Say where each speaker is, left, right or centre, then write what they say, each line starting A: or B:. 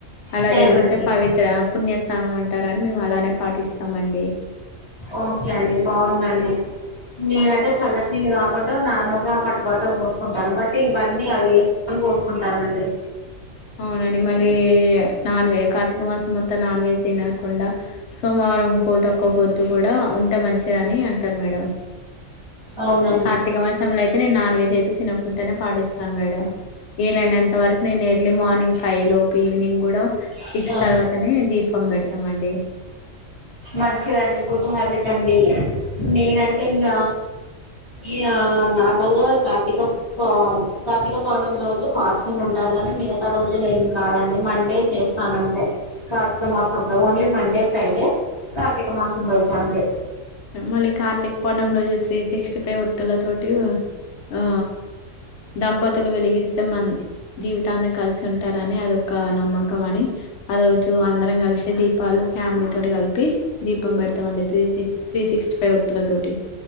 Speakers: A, on the left (about 70°); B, on the left (about 25°).
A: అలా
B: సేమ్
A: జరుగుతే
B: అండి
A: పవిత్ర, విపుణ్యస్థానం అంటారని మేము అలానే పాటిస్తామండి.
B: ఓకే అండి బాగుందండి. నేనంటే చల్లటి నీళ్ళు కాకుండా నార్మల్గా హాట్ వాటర్ పోసుకుంటాను, బట్ ఇవన్నీ అళ్ వే సుకుంటానండి
A: అవునండి మళ్ళీ నాన్వజ్ కార్తీక మాసం మొత్తం నాన్ వెజ్ తినకుండా, సోమవారం పూట ఒకపొద్దు కూడా ఉంటే మంచిదని అంటరు మేడం.
B: అవునండి
A: కార్తక మాసం లో అయితే నేను నాన్వెజ్ జ్ అయితే తినకుంటనే పాటిస్తాను మేడం, వీలయినంతవరకు నేను ఎర్లీ మార్నింగ్ ఫైవ్ లోపు, ఈవినింగ్ కూడా
B: ఓకే
A: సిక్స్ తర్వాతనే దీప్ పం పెడతమండి.
B: మంచిదండి గుడ్ హ్యాబిట్ అండి, నేనంటే ఇంగ ఇగ నార్మల్ గా కార్తీక ప కార్తీక పౌర్ణమి రోజు ఫాస్టింగ్ ఉంటాను గని మిగతా రోజులు ఏం కాదండి మండే చేస్తానంతే, కార్తీక మాసంలో ఓన్లీ మండే, ఫ్రైడే కార్తీక మాసం రోజు అంతే.
A: మళ్ళీ కార్తీక పూర్ణం రోజు త్రీ సిక్స్టీ ఫైవ్ ఒత్తుల తోటి ఆ దంపతత్ త్తులు వెలిగిస్తే మన్ జీవితాంతం కలిసి ఉంటారని అదొక నమ్మకం అని, ఆ రోజు అందరం కలిసే దీపాలు ఫ్యామిలీ తోటి కలిపి, దీపం పెడతమండి త్రీ సిక్స్టీ ఫైవ్ ఒత్తులతోటి